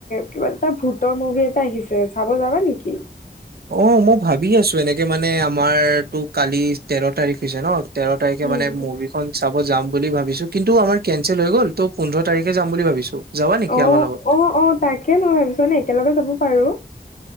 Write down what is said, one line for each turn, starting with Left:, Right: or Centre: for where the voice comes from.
Left: কিবা এটা ভূতৰ মুভি এটা আহিছে চাব যাবা নেকি
Right: অ মউ ভাবি আছো এনেকে মানে আমাৰ তো কালি তেৰ তাৰিখ দিছে ন তেৰ তাৰিখে
Left: উম।
Right: মানে মুভিখন চাব যাম বুলি ভাবিছো কিন্তু আমাৰ কেনচেল হৈ গ'ল ত' পোন্ধৰ তাৰিখে যাম বুলি ভাবিছো যাবা নেকি
Left: অ
Right: আমাৰ লগত
Left: অ অ তাকে ম‌ই ভাবিছো মানে একেলগে যাব পাৰো